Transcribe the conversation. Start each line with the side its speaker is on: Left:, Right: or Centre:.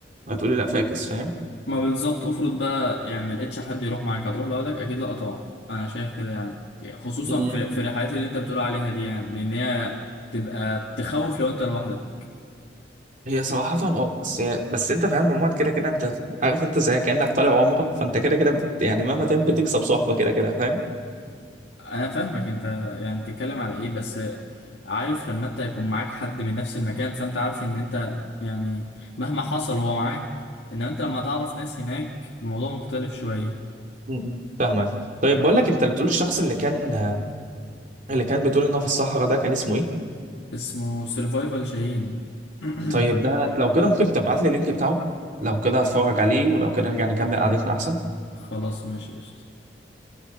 Right: هتقولي لا فاكس فاهم
Left: ما بالظبط افرض بقى يعني ما لقيتش حد يروح معاك هتروح لوحدك اكيد لا طبعا انا شايف كده يعني خصوصا
Right: مم.
Left: في في الرحلات اللي انت بتقول عليها دي يعني لان هي تبقى تخوف لو انت لوحدك
Right: هي صراحة اه بس بس انت فاهم عموما كده كده انت عارف انت زي كأنك طالع عمرة فانت كده كده بت... يعني مهما تعمل بتكسب صحبة كده كده فاهم
Left: انا فاهمك انت يعني بتتكلم على ايه بس عارف لما انت يكون معاك حد من نفس المكان فانت عارف ان انت يعني مهما حصل هو معاك انما انت لما تعرف ناس هناك الموضوع مختلف شوية
Right: م- م. فاهمك طيب بقول لك انت بتقول الشخص اللي كان اللي كان بتقول ان هو في الصحراء ده كان اسمه ايه
Left: اسمه سيرفايفل شاهين <clears throat>
Right: طيب ده لو كده ممكن تبعت لي اللينك بتاعه لو كده هتفرج عليه ولو كده نرجع نكمل قعدتنا احسن
Left: خلاص ماشي قشطة